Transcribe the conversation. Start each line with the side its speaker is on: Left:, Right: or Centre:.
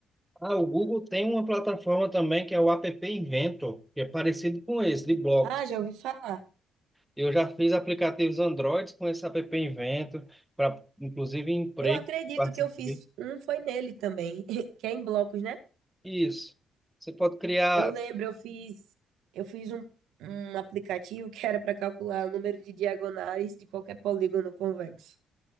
Centre: ah, o Google tem uma plataforma também que é o App Inventor, que é parecido com esse, de blocos.
Right: Ah, já ouvi falar.
Centre: Eu já fiz aplicativos Androids com esse App Inventor, para inclusive emprego,
Right: Eu acredito
Centre: eu participei.
Right: que eu fiz um, foi nele também, <laughs> que é em blocos, né?
Centre: Isso. Você pode criar.
Right: Eu lembro, eu fiz, eu fiz um, um aplicativo que era para calcular o número de diagonais de qualquer polígono convexo.